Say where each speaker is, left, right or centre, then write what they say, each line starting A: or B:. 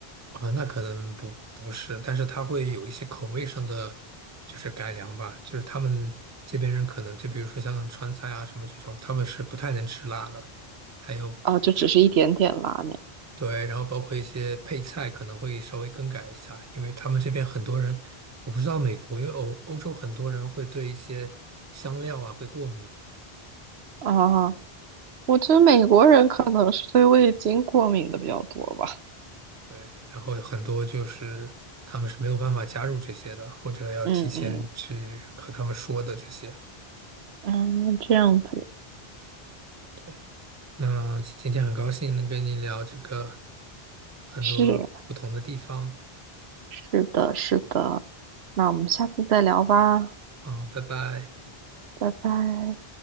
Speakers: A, on the right (about 20°); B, on the right (about 85°).
A: 啊，那可能不不是，但是它会有一些口味上的就是改良吧，就是他们这边人可能就比如说像川菜啊什么这种，他们是不太能吃辣的，还有
B: 啊，就只是一点点拉面
A: 对，然后包括一些配菜可能会稍微更改一下，因为他们这边很多人，我不知道美国，因为欧欧洲很多人会对一些香料啊会过敏，
B: 啊。我觉得美国人可能是对味精过敏的比较多吧。
A: 对，然后很多就是他们是没有办法加入这些的，或者要提前去和他们说的这些。
B: 嗯嗯嗯，这样子
A: 对，那今天很高兴能跟你聊这个很多不同的地方，
B: 是是的，是的。那我们下次再聊吧，
A: 好，拜拜。
B: 拜拜。